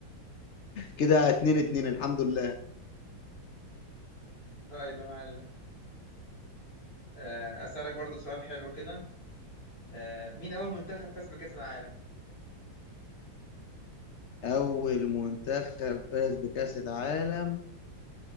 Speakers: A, on the left; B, on the left.
A: كده اتنين اتنين الحمد لله
B: <laughs> طيب يا معلم آه، اسالك برضو سؤال حلو كده آه، مين اول منتخب فاز بكاس العالم
A: اول منتخب فاز بكاس العالم